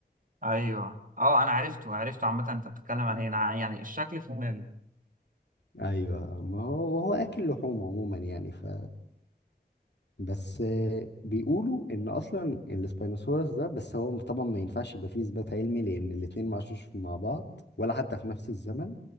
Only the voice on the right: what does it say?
ايوه اه انا عرفته عرفته عامه انت بتتكلم عن ايه انا يعني الشكل في دماغي